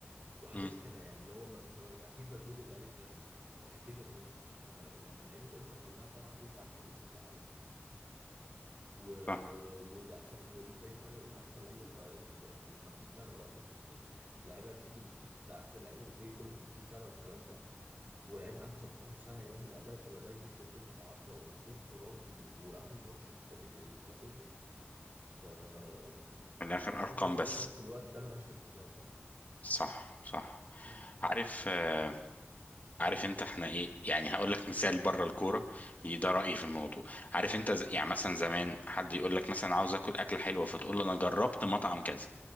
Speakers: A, on the right; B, on the left.
A: وحاجات
B: مم.
A: كده يعني اللي هو ما انت مج- اكيد مجنون اللي قال الكلام ده يعني اكيد مجنون لما لما لعيبه انتر كلها طلعت تقول ده احسن لعيب في العالم و...
B: صح
A: وده احسن وانزاجي طالع يقول ده احسن لعيب بقى- بقى من 50 سنه ما شفتش يعني اللعيبه بتيجي من- ده احد اللعيبه اللي بتيجي كل 50 سنه والكلام ده ولعيب عنده 17 سنه يعمل اداء شبه ده يجيب كورتين في العارضه وجول خرافي وعامل ماتش مش طبيعي وده كله ف... ف-
B: من الاخر
A: فاعتقد
B: ارقام
A: الارقام
B: بس
A: في الوقت ده ملهاش 30 لازمه يعني
B: صح صح
A: مم.
B: عارف آه، عارف انت احنا ايه يعني هقول لك مثال بره الكوره ي- ده رايي في الموضوع عارف انت ز- يعني مثلا زمان حد يقول لك مثلا عاوز اكل اكله حلوه فتقول له انا جربت مطعم كذا